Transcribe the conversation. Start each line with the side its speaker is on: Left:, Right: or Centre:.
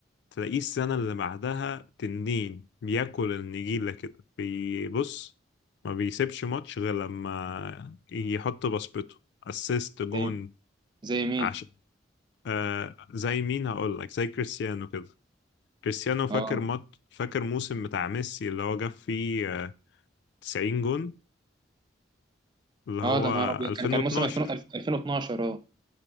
Left: تلاقيه السنة اللي بعدها تنين بياكل النجيلة كده بيبص ما بيسيبش ماتش غير لما يحط بصمته اسيست جون
Right: زي زي مين
Left: عشان آه زي مين هقول لك زي كريستيانو كده كريستيانو فاكر
Right: اه
Left: مط... فاكر موسم بتاع ميسي اللي هو جاب فيه آه، 90 جون اللي هو
Right: اه ده نهار ابيض
Left: 2012
Right: كان كان موسم 2000 2012 اه